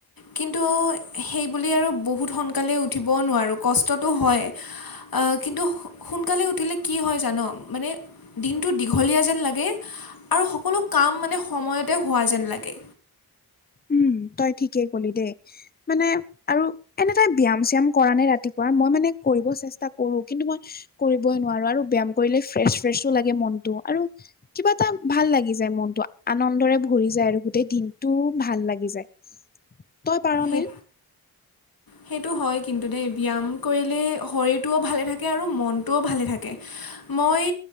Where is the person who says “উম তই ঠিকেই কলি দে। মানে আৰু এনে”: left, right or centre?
Left